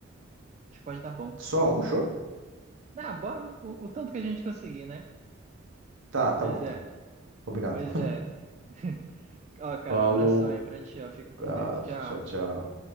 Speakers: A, on the right; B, on the right.
A: Acho que pode dar bom.
B: Só um chopp?
A: Ah, bora um, o, o tanto que a gente conseguir, né?
B: Tá, tá
A: Pois
B: bom, então,
A: é,
B: combinado.
A: pois é. <laughs> Ó, cara,
B: Falou,
A: um abração aí pra ti, ó. Fica
B: abraço,
A: com Deus. Tchau.
B: tchau, tchau.